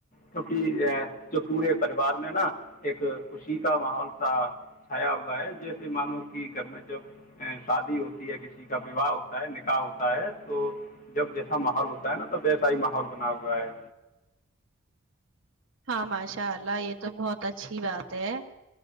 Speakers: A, on the left; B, on the right.
A: کیوںک جو پورے پریوار میں نا ایک خوشی کا ماحول س چھایا ہوا ہے جیسے مانو کہ گھر میں جو شادی ہوتی کسی کا وواہ ہوتا ہے نکاح ہوتا ہے تو جب جیسا ماحول ہوتا ہے نا تو ویسا ہی ماحول بنا ہوا ہے
B: ہاں ماشاء اللہ یہ تو بہت اچھی بات ہے